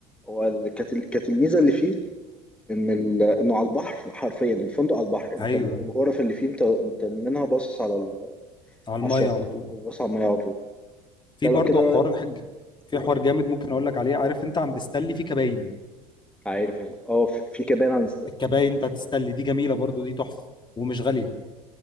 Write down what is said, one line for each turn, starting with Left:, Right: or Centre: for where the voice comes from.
Centre: هو ال- كانت ال- كانت الميزه اللي فيه ان ال- انه على البحر حرفيا الفندق على البحر انت
Left: ايوه
Centre: ال- الغرف اللي فيه انت انت منها باصص على ال-
Left: على الميه
Centre: على الشط
Left: على طول
Centre: او باصص على الميه على طول
Left: في
Centre: لا
Left: برضه
Centre: لو كده
Left: حوار حج... في
Centre: قول
Left: حوار جامد ممكن اقول لك عليه عارف انت عند ستانلي في كباين
Centre: عارف اه في في كمان عن
Left: الكباين بتاعت ستانلي دي جميله برضه دي تحفه ومش غاليه